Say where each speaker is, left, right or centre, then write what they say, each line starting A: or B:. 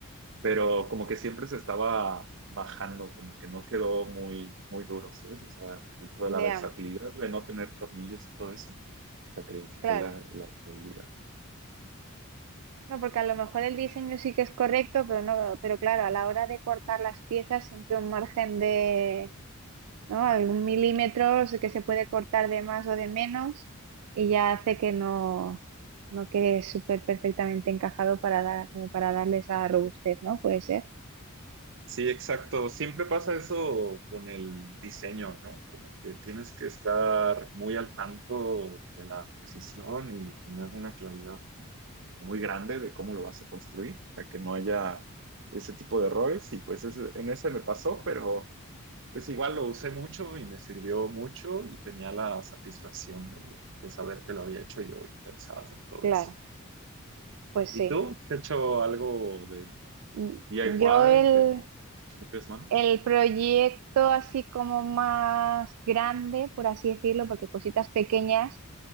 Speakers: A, on the right (about 60°); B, on the right (about 85°).
A: pero como que siempre se estaba bajando, como que no quedó muy, muy duro, ¿sabes? O sea, dentro de
B: Ya,
A: la versatilidad de no tener tornillos y todo eso, sacrifiqué
B: claro.
A: la, la estabilidad.
B: No, porque a lo mejor el diseño sí que es correcto, pero no, pero claro, a la hora de cortar las piezas, siempre un margen de, ¿no? Algún milímetro que se puede cortar de más o de menos, y ya hace que no, no quede súper perfectamente encajado para dar, como para darle esa robustez, ¿no? Puede ser.
A: Sí, exacto. Siempre pasa eso con el diseño, ¿no? Como que tienes que estar muy al tanto de la precisión y tener una claridad muy grande de cómo lo vas a construir, para que no haya ese tipo de errores. Y pues ese- en ese me pasó, pero Pues igual lo usé mucho y me sirvió mucho y tenía la satisfacción de, de saber que lo había hecho yo y pensar en todo
B: Claro,
A: eso.
B: pues
A: ¿Y
B: sí.
A: tú? ¿Has hecho algo de DIY,
B: Mm, Yo el,
A: de tus propias manos?
B: El proyecto así como más grande, por así decirlo, porque cositas pequeñas